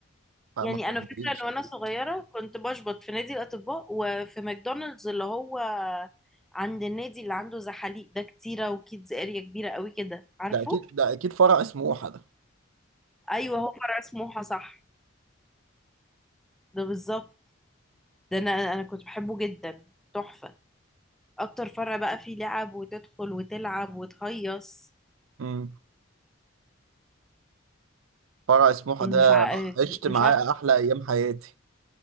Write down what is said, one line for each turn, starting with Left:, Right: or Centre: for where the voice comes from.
Right: آه،
Centre: يعني
Right: ما تكلمنيش
Centre: انا فاكره ان وانا صغيره كنت بشبط في نادي الاطباء وفي ماكدونالدز اللي هو عند النادي اللي عنده زحاليق ده كتيره وكيدز اريا كبيره قوي كده عارفه
Right: ده اكيد ده اكيد فرع سموحه ده
Centre: ايوه هو فرع سموحه صح ده بالظبط ده انا انا كنت بحبه جدا تحفه اكتر فرع بقى فيه لعب وتدخل وتلعب وتهيص
Right: امم فرع سموحه
Centre: مش
Right: ده
Centre: ع...
Right: عشت معاه
Centre: مش عارفه
Right: احلى ايام حياتي